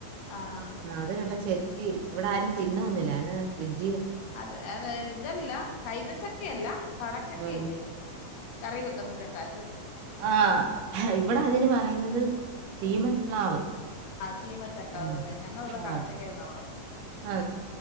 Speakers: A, on the left (about 80°); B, on the right (about 75°).
A: ആഹ്
B: ആ അത് കണ്ട് ചെത്തി ഇവിടെ ആരും തിന്ന ഒന്നില്ല ഫ്രിഡ്ജ
A: അത് അത ഇതല്ല കൈത ചക്കയല്ല കടച്ചക്കയില്ലേ
B: ഉം.
A: കറി വെക്കുന്ന ചക്കാ
B: ആഇവിടെ അതിന് പറയുന്നത് ചീമപ്ലാവ്
A: ചീമ ചക്കാ
B: ആ
A: അതുതന്നെ ഞങ്ങ ൾ ഇവിടെ
B: ആ
A: കടച്ചക്ക എന്നാ പറയുന്നേ
B: ആ